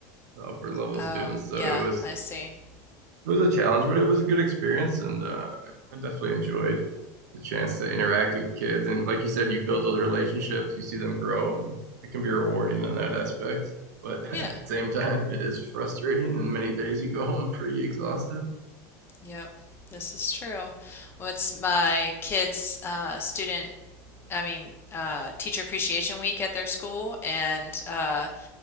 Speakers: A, on the right; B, on the left.
A: the upper level
B: Oh,
A: students so
B: yeah,
A: it was
B: I see.
A: it was a challenge but it was a good experience and uh, I definitely enjoyed the chance to interact with kids. And like you said, you build those relationships, you see them grow, and it can be rewarding in that aspect. But <laughs>
B: Yeah.
A: at the same time, it is frustrating, and many days
B: Hmm.
A: you go home pretty exhausted.
B: Yep, this is true. What's my kids' uh, student, I mean, uh, teacher appreciation week at their school, and uh,